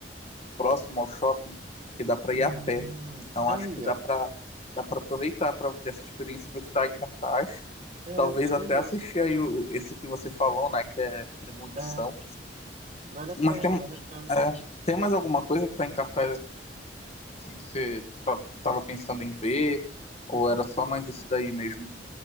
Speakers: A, on the left; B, on the right.
A: próximo ao shopping, que dá para
B: Hum,
A: ir a pé. Então
B: aí,
A: acho que dá
B: ó.
A: para dá para aproveitar para ter essa experiência e ver o que tá em cartaz.
B: É,
A: Talvez
B: tá melhor.
A: até assistir aí o, esse que você falou, né? Que é Premonição.
B: É, vale a pena,
A: Mas tem,
B: vale a pena.
A: é, tem mais alguma coisa que tá em cartaz assim, que você tá- tava pensando em ver? Ou era só mais esse daí mesmo?